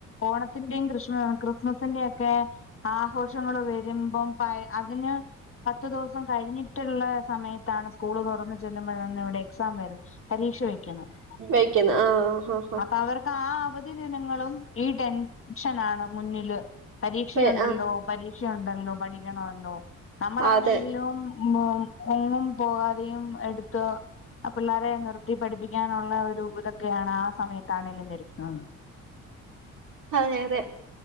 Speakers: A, on the left; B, on the right.
A: ഓണത്തിന്റെയും ക്രിസ്മസിന്റെ ഒക്കെ ആഘോഷങ്ങൾ വരുമ്പം പ അതിന് പത്തു ദിവസം കഴിഞ്ഞിട്ട് ട്ട്ള്ള സമയത്താണ് സ്കൂള് തുറന്നു ചെല്ലുമ്പോഴന്ന ഇവിടെ എക്സാം വരും പരീക്ഷ വെക്കുന്നത്
B: വെയ്ക്കുന്ന ആഹ് ഹാ
A: അപ്പൊ അവർക്ക് ആ അവധി ദിനങ്ങളും ഈ ടെൻഷനാണ് മുന്നില് പരീക്ഷയുണ്ടല്ലോ
B: ആ ആ
A: പരീക്ഷയുണ്ടല്ലോ പഠിക്കണല്ലോ നമ്മളാണെങ്കിലും
B: അതെ
A: മും എങ്ങും പോകാതെയും എടുത്ത് ആപിള്ളാരെ നിർത്തി പഠിപ്പിക്കാനുള്ള ഒരു ക്കെയാണ് ആ സമയത്താണെലും നിരുത്തുന്നത്
B: അതെ അതെ